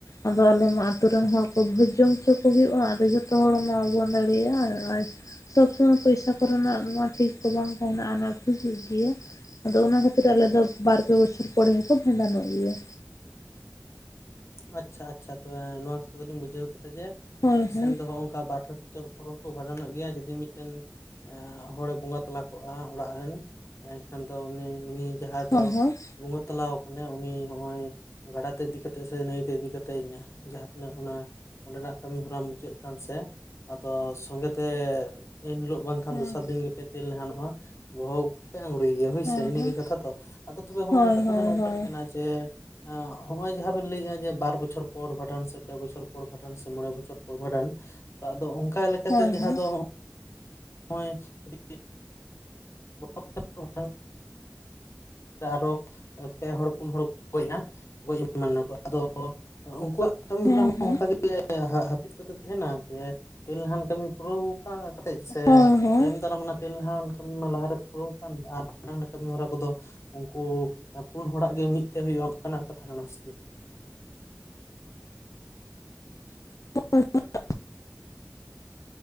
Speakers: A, on the left; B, on the left.
A: ᱟᱫᱚ ᱟᱞᱮ ᱢᱟ ᱟᱛᱩ ᱨᱮᱱ ᱦᱚᱲ ᱠᱚ ᱵᱷᱚᱡᱽ ᱡᱚᱢ ᱦᱚᱪᱚ ᱠᱚ ᱦᱩᱭᱩᱜᱼᱟ, ᱟᱫᱚ ᱡᱚᱛᱚ ᱦᱚᱲ ᱢᱟ ᱵᱟᱵᱚᱱ ᱫᱟᱲᱮᱭᱟᱜᱼᱟ᱾ <unintelligible> <unintelligible> ᱯᱚᱭᱥᱟ ᱠᱚᱨᱮᱱᱟᱜ ᱢᱟ ᱴᱷᱤᱠ ᱠᱚ ᱵᱟᱝ ᱛᱟᱦᱮᱸᱱᱟ ᱟᱱᱟᱴ ᱦᱤᱡᱩᱜ ᱜᱮᱭᱟ, ᱟᱫᱚ ᱚᱱᱟ ᱠᱷᱟᱹᱛᱤᱨ ᱟᱞᱮ ᱫᱚ ᱵᱟᱨ ᱯᱮ ᱵᱚᱪᱷᱚᱨ ᱯᱚᱨᱮ ᱦᱚᱸᱠᱚ ᱵᱷᱟᱸᱰᱟᱱᱚᱜ ᱜᱮᱭᱟ᱾
B: ᱟᱪᱪᱷᱟ ᱟᱪᱪᱷᱟ ᱛᱚᱵᱮ ᱱᱚᱣᱟ ᱠᱟᱛᱷᱟ ᱫᱚᱞᱤᱧ ᱵᱩᱡᱷᱟᱹᱣ ᱠᱮᱫᱟ ᱡᱮ
A: ᱦᱳᱭ
B: ᱟᱯᱮ
A: ᱦᱳᱭ
B: ᱥᱮᱱ ᱫᱚ ᱦᱚᱜ ᱚᱱᱠᱟ ᱵᱟᱨ ᱯᱮ ᱵᱚᱪᱷᱚᱨ ᱯᱚᱨᱮ ᱦᱚᱸᱠᱚ ᱵᱷᱟᱸᱰᱟᱱᱚᱜ ᱜᱮᱭᱟ᱾ ᱡᱩᱫᱤ ᱢᱤᱫᱴᱮᱱ ᱦᱚᱲᱮ ᱵᱚᱸᱜᱟ ᱛᱟᱞᱟ ᱠᱚᱜᱼᱟ ᱚᱲᱟᱜ ᱨᱮᱱ ᱮᱱᱠᱷᱟᱱ ᱫᱚ ᱩᱱᱤ ᱩᱤᱱ ᱡᱟᱦᱟᱸᱭ ᱫᱚ
A: ᱦᱳᱭ ᱦᱳᱭ
B: ᱵᱚᱸᱜᱟ ᱛᱟᱞᱟ ᱟᱠᱟᱱᱟᱭ ᱩᱱᱤ ᱦᱚᱜ-ᱚᱭ ᱜᱟᱰᱟ ᱛᱮ ᱤᱫᱤ ᱠᱟᱛᱮᱫ ᱥᱮ ᱱᱟᱹᱭᱛᱮ ᱤᱫᱤ ᱠᱟᱛᱮᱫ ᱡᱟᱦᱟᱸ ᱛᱤᱱᱟᱹᱜ ᱚᱱᱟ ᱚᱸᱰᱮᱱᱟᱜ ᱠᱟᱹᱢᱤᱦᱚᱨᱟ ᱢᱩᱪᱟᱹᱫᱽ ᱠᱟᱱ ᱥᱮ ᱟᱫᱚ ᱥᱚᱝᱜᱮ ᱛᱮ ᱮᱱᱦᱤᱞᱳᱜ ᱵᱟᱝᱠᱷᱟᱱ
A: ᱦᱮᱸ
B: ᱫᱚᱥᱟᱨ ᱫᱤᱱ ᱜᱮᱯᱮ ᱛᱮᱞ ᱱᱟᱦᱟᱱᱚᱜᱼᱟ᱾ ᱵᱚᱦᱚᱜ ᱩᱯ ᱯᱮ ᱟᱝᱲᱩᱭᱮᱭᱟ ᱦᱳᱭᱥᱮ
A: ᱦᱮᱸ
B: ᱤᱱᱟᱹᱜᱮ
A: ᱦᱮᱸ
B: ᱠᱟᱛᱷᱟ ‌ᱛᱚ, ᱟᱫᱚ ᱛᱚᱵᱮ ᱦᱚᱸᱜ-ᱚᱭ
A: ᱦᱳᱭ
B: ᱠᱟᱛᱷᱟ
A: ᱦᱳᱭ
B: ᱫᱚ ᱱᱚᱝᱠᱟᱱ
A: ᱦᱳᱭ
B: ᱠᱟᱱᱟ ᱡᱮ‌‌ ᱦᱚᱭ-ᱚᱭ <unintelligible> ᱡᱟᱦᱟᱸ ᱵᱮᱱ ᱞᱟᱹᱭᱼᱟ ᱡᱮ ᱵᱟᱨ ᱵᱚᱪᱷᱚᱨ ᱯᱚᱨ ᱵᱷᱟᱸᱰᱟᱱ ᱥᱮ ᱯᱮ ᱵᱚᱪᱷᱚᱨ ᱯᱚᱨ ᱵᱷᱟᱸᱰᱟᱱ ᱥᱮ ᱢᱚᱬᱮ ᱵᱚᱪᱷᱚᱨ ᱯᱚᱨ ᱵᱷᱟᱸᱰᱟᱱ᱾ ᱟᱫᱚ ᱚᱱᱠᱟ ᱞᱮᱠᱟᱛᱮ
A: ᱦᱳᱭ
B: ᱡᱟᱦᱟᱸ
A: ᱦᱳᱭ
B: ᱫᱚ‌ ᱦᱚᱭ-ᱚᱭ <inaudible> <unintelligible> ᱟᱨ ᱦᱚ ᱯᱮ ᱦᱚᱲ, ᱯᱩᱱ ᱦᱚᱲ ᱠᱚ ᱜᱚᱡ ᱮᱱᱟ᱿ ᱜᱚᱡ ᱮᱢᱟᱱ-ᱱᱟᱠᱚ ᱟᱫᱚ ᱩᱱᱠᱩᱣᱟᱜ ᱠᱟᱹᱢᱤ
A: ᱦᱮᱸ
B: ᱦᱚᱨᱟ ᱦᱚᱸ
A: ᱦᱮᱸ
B: ᱚᱱᱠᱟᱜ ᱜᱮ ᱦᱟᱹᱯᱤᱫ ᱠᱟᱛᱮ ᱛᱟᱦᱮᱱᱟ ᱡᱮ ᱛᱮᱞᱱᱟᱦᱟᱱ ᱠᱟᱹᱢᱤ ᱯᱩᱨᱟᱹᱣ ᱚᱱᱠᱟ ᱠᱟᱛᱮᱜ ᱥᱮ
A: ᱦᱳᱭ ᱦᱳᱭ
B: ᱛᱟᱭᱚᱢ ᱫᱟᱨᱟᱢ ᱚᱱᱟ ᱛᱮᱞᱱᱟᱦᱟᱱ ᱠᱟᱹᱢᱤ ᱢᱟ ᱞᱟ ᱯᱩᱨᱟᱹᱣ ᱟᱠᱟᱱ᱾ ᱟᱨ ᱦᱟᱱᱟ-ᱱᱟᱣᱭᱟ ᱠᱟᱹᱢᱤ ᱦᱚᱨᱟ ᱠᱚᱫᱚ ᱩᱱᱠᱩ ᱯᱩᱱ ᱦᱚᱲᱟᱜ ᱜᱮ ᱢᱤᱫᱛᱮ ᱦᱩᱭᱩᱜᱼᱟ ᱚᱱᱠᱟᱱᱟᱜ ᱠᱟᱛᱷᱟ ᱠᱟᱱᱟ ᱥᱮ ᱪᱮᱫ?
A: <unintelligible>